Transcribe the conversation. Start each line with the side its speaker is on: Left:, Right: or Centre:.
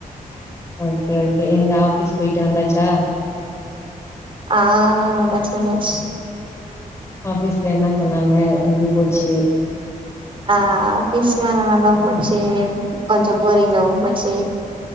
Left: ஓகே ஓகே எங்க ஆபிஸ் போயிட்டு வந்தாச்சா
Right: ஆ வந்தாச்சு வந்தாச்சு
Left: ஆபீஸ்ல என்னா சொன்னாங்க எப்டி போச்சு
Right: ஆ ஆஃபீஸ்ல்லா நல்லாதா போச்சு கொஞ்சோ போரிங்காவு போச்சு